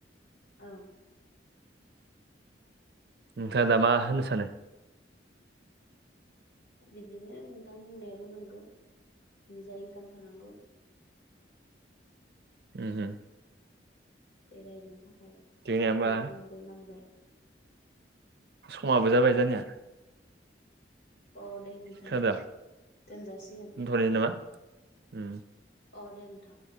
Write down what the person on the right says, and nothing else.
नोंथाङा दा मा होननो सानो
ओ ओ
जोंनिया होमबा
समाबो जाबाय जानाया
खोनादों
दोनथ'नो नामा उम